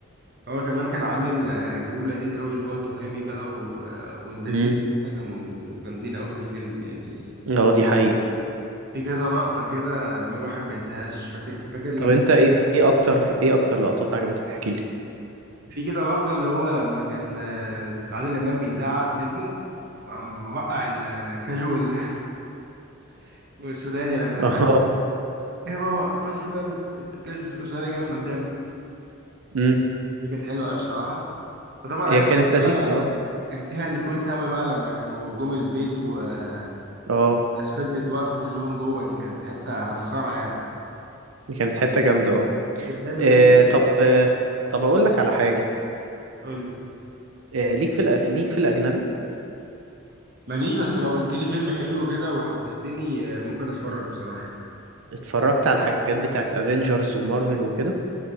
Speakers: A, on the right; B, on the right.
A: هو كمان كان عامل آه جروب لذيذ قوي اللي هو تهامي بقى و... آه، والناس
B: امم
A: دي كلها كانوا جامدين قوي في الفيلم يعني
B: اه دي حقيقه
A: في كذا لقطة كده اللي هو الواحد ما ينساهاش فاكر فاكر لما
B: طب انت ايه إيه اكتر ايه اكتر لقطات عجبتك احكي لي
A: في كده لقطة اللي هو لما كان آه، عادل إمام بيزعق لابنه وقام وقع الكاجوال <laughs> والسوداني لما
B: اه
A: تهدد إيه يا بابا ما ينفعش تقول الكاجوال السوداني كده من قدامي
B: <laughs> امم
A: دي كانت حلوة أوي بصراحة وطبعا
B: هي
A: أي
B: كانت
A: حاجة
B: لذيذه
A: بقى
B: اه
A: كان فيها نيكول سابا بقى لما كانوا جم البيت والناس
B: اه
A: فضلت واقفة كلهم جوه دي كانت حتة مسخرة يعني
B: دي كانت حته جامده اه
A: أنت بتحب الفيلم
B: آه،
A: ده؟
B: طب آه، طب اقول لك على حاجه
A: قول لي
B: آه، ليك في الأ- ليك في الاجنبي
A: ماليش بس لو قلت لي فيلم حلو كده وحمستني آه، ممكن أتفرج بصراحة
B: اتفرجت على الحاجات بتاعت افنجرز ومارفل وكده